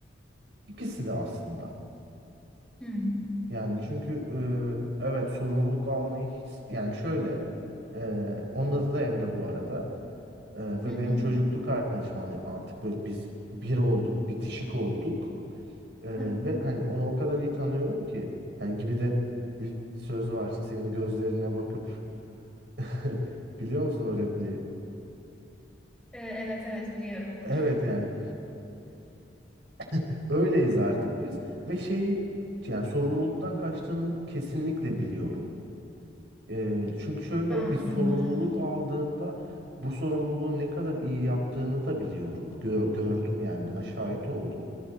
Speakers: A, on the right; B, in the centre.
A: İkisi de aslında.
B: Hmm.
A: Yani çünkü e, evet sorumluluk almayı hiç yani şöyle e, onun adı da Emre bu arada E, ve
B: Hı
A: benim çocukluk arkadaşım hani artık böyle biz bir olduk bitişik olduk E,
B: hı.
A: ve hani onu o kadar iyi tanıyorum ki hani gibi de bir söz var senin gözlerine bakıp <laughs> biliyor musun o repliği?
B: Ee, evet evet biliyorum.
A: Evet yani <laughs> öyleyiz artık biz ve şeyi yani sorumluluktan kaçtığını kesinlikle biliyorum. Eee, çünkü şöyle
B: <laughs>
A: bir sorumluluk
B: Anladım.
A: aldığında bu sorumluluğu ne kadar iyi yaptığını da biliyorum. Gö- gördüm yani buna şahit oldum.